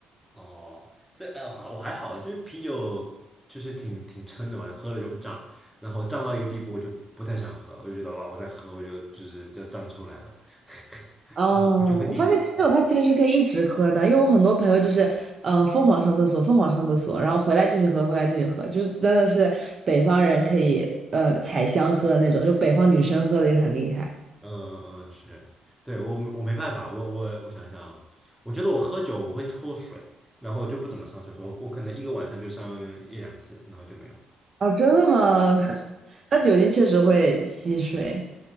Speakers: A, in the centre; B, on the right.
A: 哦，这呃，好，我还好，就是啤酒就是挺挺撑的嘛，喝了就会胀，然后胀到一个地步，我就不太想喝了，我就觉得哇，我再喝我就就是就胀出来了，<laughs>
B: 哦，
A: 就我就会自己停下来。
B: 我发现啤酒它其实是可以一直喝的，因为我很多朋友就是，呃，疯狂上厕所，疯狂上厕所，然后回来继续喝，回来继续喝，就是真的是北方人可以，呃，采香喝那种，就北方女生喝的也很厉害。
A: 嗯嗯嗯，是，对，我我没办法，我我我想想啊我觉得我喝酒我会脱水，然后就不怎么上厕所，我可能一个晚上就上一两次，然后就没有。
B: 哦，真的吗？<laughs> 那酒精确实会吸水，